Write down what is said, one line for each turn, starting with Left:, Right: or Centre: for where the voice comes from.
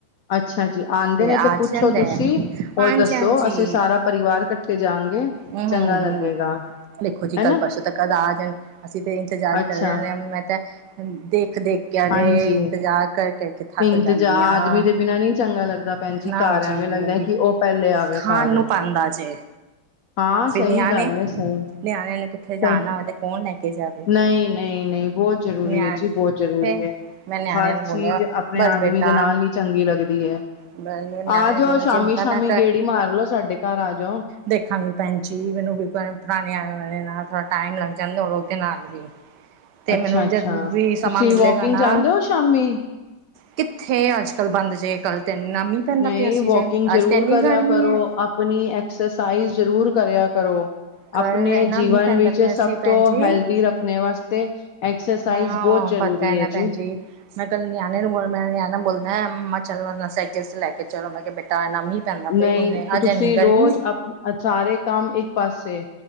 Left: ਅੱਛਾ ਜੀ, ਆਉਂਦੇ ਨੇ ਤੇ
Right: ਆ
Left: ਪੁੱਛੋ
Right: ਜਾਂਦੇ
Left: ਤੁਸੀਂ ਹੋਰ
Right: ਹਾਂਜੀ
Left: ਦੱਸੋ
Right: ਹਾਂਜੀ
Left: ਅਸੀਂ ਸਾਰਾ ਸਾਰੇ ਪਰਿਵਾਰ ਇਕੱਠੇ ਜਾਣਗੇ
Right: ਹਮ
Left: ਚੰਗਾ
Right: ਹਮ
Left: ਲੱਗੇਗਾ
Right: ਹਮ ਦੇਖੋ ਜੀ ਕੱਲ੍ਹ
Left: ਹਨਾ
Right: ਪਰਸੋਂ ਤੱਕ ਆ ਜਾਣ ਅਸੀਂ ਤੇ ਇੰਤਜ਼ਾਰ
Left: ਅੱਛਾ
Right: ਕਰ ਰਹੇ ਹਾਂ ਮੈਂ ਤਾਂ ਦੇਖ- ਦੇਖ ਕੇ ਅਰੇ
Left: ਹਾਂਜੀ
Right: ਇੰਤਜ਼ਾਰ ਕਰ ਕਰਕੇ ਥੱਕ
Left: ਇੰਤਜਾ
Right: ਜਾਂਦੀ
Left: ਆਦਮੀ
Right: ਹਾਂ
Left: ਦੇ ਬਿਨਾਂ ਨਹੀਂ ਚੰਗਾ ਲੱਗਦਾ ਭੈਣਜੀ
Right: ਨਾ
Left: ਘਰ ਐਵੇਂ
Right: ਜੀ
Left: ਲੱਗਦਾ ਕਿ ਉਹ ਪਹਿਲੇ ਆਵੇ
Right: ਖਾਣ
Left: ਘਰ
Right: ਨੂੰ ਪਾਉਂਦਾ ਜੇ
Left: ਹਾਂ ਸਹੀ
Right: ਫਿਰ ਨਿਆਣੇ
Left: ਗੱਲ ਹੈ ਸਹੀ
Right: ਨਿਆਣਿਆਂ ਨੂੰ ਕਿੱਥੇ ਜਾਣਾ
Left: ਸਹੀ
Right: ਹੋਵੇ ਤੇ ਕੌਣ ਲੈ ਕੇ ਜਾਵੇ
Left: ਨਹੀਂ- ਨਹੀਂ -ਨਹੀਂ ਬਹੁਤ ਜ ਜਰੂਰੀ
Right: ਨਿਆ
Left: ਹੈ ਜੀ ਬਹੁਤ ਜ਼ਰੂਰੀ
Right: ਫ
Left: ਹੈ,
Right: ਮੈਂ ਨਿਆਣਿਆਂ
Left: ਹਰ
Right: ਨੂੰ
Left: ਚੀਜ਼
Right: ਬੋਲਿਆ
Left: ਆਪਣੇ
Right: ਬਸ
Left: ਆਦਮੀ
Right: ਬੇਟਾ
Left: ਦੇ ਨਾਲ ਹੀ ਚੰਗੀ ਲੱਗਦੀ ਹੈ
Right: ਨਿਆਣਿਆਂ
Left: ਆ
Right: ਨੂੰ
Left: ਜਾਓ
Right: ਬੋਲਿਆ
Left: ਸ਼ਾਮੀ-
Right: ਚਿੰਤਾ
Left: ਸ਼ਾਮੀ
Right: ਨਾ
Left: ਗੇੜੀ ਮਾਰ ਲੋੋ ਸਾਡੇ ਘਰ ਆ ਜਾਓ
Right: ਦੇਖਾਂਗੇ ਭੈਣ ਜੀ ਮੈਨੂੰ ਪੁਰਾਣੇ ਆ ਨਾਲ ਥੋੜਾ ਟਾਈਮ ਲੱਗ ਜਾਂ ਵੀ ਤੇ
Left: ਅੱਛਾ
Right: ਮੈਨੂੰ
Left: ਅੱਛਾ
Right: ਜਦ ਵੀ ਸਮਾਂ
Left: ਤੁਸੀਂ
Right: ਮਿਲੇਗਾ
Left: ਵੋਕਿੰਗ
Right: ਨਾ
Left: ਜਾਂਦੇ ਹੋ ਸ਼ਾਮੀ
Right: ਕਿੱਥੇ ਅੱਜ ਕੱਲ੍ਹ ਬੰਦ ਜੇ ਕੱਲ ਤਾਂ ਇਨਾ ਮੀਹ ਪੈਂਦਾ
Left: ਨਹੀਂ
Right: ਪਿਆ ਸੀ
Left: ਵੋਕਿੰਗ
Right: ਜੇ,
Left: ਜ਼ਰੂਰ
Right: ਅੱਜ ਤੇ ਇੰਨੀ
Left: ਕਰਿਆ
Right: ਗਰਮੀ
Left: ਕਰੋ,
Right: ਹੈ
Left: ਆਪਣੀ ਐਕਸਰਸਾਈਜ਼ ਜ਼ਰੂਰ ਕਰਿਆ ਕਰੋ
Right: ਕੱਲ
Left: ਆਪਣੇ
Right: ਇੰਨਾ
Left: ਜੀਵਨ
Right: ਮੀਂਹ ਪੈਂਦਾ
Left: ਵਿੱਚ
Right: ਪਿਆ
Left: ਸਭ
Right: ਸੀ ਭੈਣ
Left: ਤੋਂ
Right: ਜੀ
Left: ਹੈਲਦੀ ਰੱਖਣੇ ਵਾਸਤੇ ਐਕਸਰਸਾਈਜ਼
Right: ਹਾਂ
Left: ਬਹੁਤ ਜਰੂਰੀ
Right: ਪਤਾ
Left: ਹੈ
Right: ਨਾ
Left: ਜੀ
Right: ਭੈਣ ਮੈਂ ਕੱਲ ਨਿਆਣੇ ਨੂੰ ਬੋਲ ਮੈਂ ਨਿਆਣਾ ਬੋਲਦਾ ਮੰਮਾ ਚਲੋ ਸਾਈਕਲ ਚ ਲੈ ਕੇ ਚਲੋ ਮੈਂ ਕਿਹਾ ਬੈਠਾ ਤਾਂ ਮੀਂਹ ਪੈਂਦਾ
Left: ਨਹੀਂ
Right: ਪਈ ਹਨੇ ਅੱਜ
Left: ਤੁਸੀਂ
Right: ਇਨੀ ਗਰਮੀ
Left: ਰੋਜ਼ ਆਪ ਸਾਰੇ ਕੰਮ ਇੱਕ ਪਾਸੇ,